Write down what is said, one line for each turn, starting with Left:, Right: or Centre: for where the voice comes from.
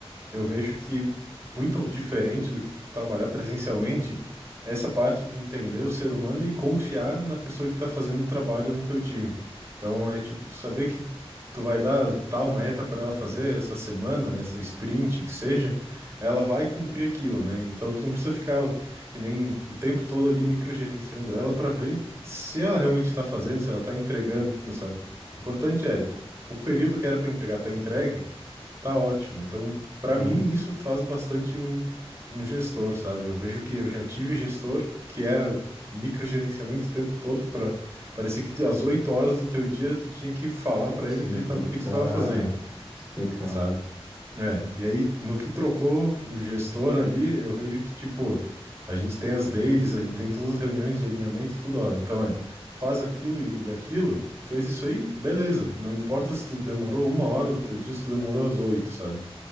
Right: eu vejo que muito diferente do que trabalhar presencialmente, essa parte de entender o ser humano e confiar na pessoa que está fazendo o trabalho no teu time. Então é tipo, tu saber que tu vai dar tal meta para ela fazer essa semana, essa sprint que seja, ela vai cumprir aquilo, né? Então tu não precisa ficar que nem o tempo todo ali microgerenciando ela para ver se ela realmente está fazendo, se ela está entregando, sabe? O importante é o período que era para entregar tá entregue Tá ótimo. Então, para
Centre: Sim,
Right: mim, isso faz bastante um, um gestor, sabe? Eu vejo que eu já tive gestor que era microgerenciamento o tempo todo para parecia que te- às 8 horas do teu dia tu tinha que falar para
Centre: tinha
Right: ele o que ele
Centre: que
Right: tava,
Centre: ficar
Right: o que tu tava fazendo,
Centre: explicando.
Right: sabe? É, e aí no que trocou o gestor ali, eu vejo que tipo, a gente tem as dailies, a gente tem todas as reuniões de alinhamento, tudo, ó. Então é, faz aquilo e, e aquilo, fez isso aí, beleza. Não importa se tu demorou uma hora do teu dia, se tu demorou às 8, sabe?